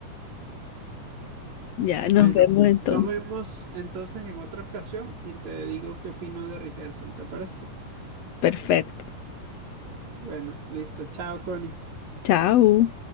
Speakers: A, on the left (about 85°); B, on the right (about 55°).
A: ya
B: Bueno,
A: nos vemos entonces.
B: nos vemos entonces en otra ocasión y te digo qué opino de Rehearsal, ¿te parece?
A: Perfecto.
B: Bueno, listo. Chao, Connie.
A: Chao.